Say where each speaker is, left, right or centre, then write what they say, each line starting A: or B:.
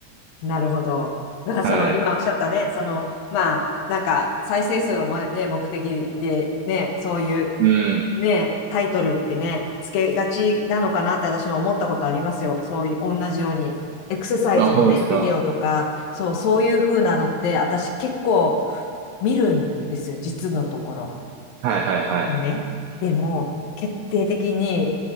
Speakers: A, on the left (about 80°); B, on the right (about 85°).
A: なるほど。だからその今おっしゃったね、
B: はい。
A: そのまあなんか再生数を、まね、目的でね、そういう
B: うん。
A: ね、タイトルってね、つけがちなのかなって私も思ったことありますよ。そういう同じように。エクササイズのね、
B: あ、本ですか
A: ビデオとか、そう、そういう風なのって私結構見るんですよ、実のところ。
B: はいはいはい。
A: でもね、でも決定的に